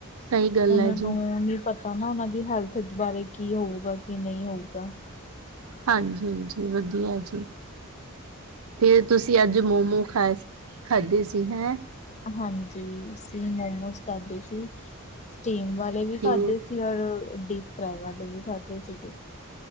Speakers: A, on the right; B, on the left.
A: ਸਹੀ ਗੱਲ
B: ਉਹਨਾਂ
A: ਹੈ
B: ਨੂੰ
A: ਜੀ
B: ਨੀ ਪਤਾ ਨਾ ਉਹਨਾਂ ਦੀ ਹੈਲਥ ਬਾਰੇ ਕੀ ਹੋਊਗਾ ਕਿ ਨਹੀਂ ਹੋਊਗਾ
A: ਹਾਂਜੀ-ਹਾਂਜੀ ਵਧੀਆ ਜੀ, ਤੇ ਤੁਸੀਂ ਅੱਜ ਮੋਮੋ ਖਾਏ ਸ ਖਾਂਦੇ ਸੀ ਹੈਂ।
B: ਹਾਂਜੀ, ਅਸੀਂ ਮੋਮੋਸ ਖਾਦੇ ਸੀ। ਸਟੀਮ ਵਾਲੇ ਵੀ
A: ਤੇ
B: ਖਾਦੇ ਸੀ ਔਰ ਡੀਪ ਫਰਾਈ ਵਾਲੇ ਵੀ ਖਾਦੇ ਸੀਗੇ।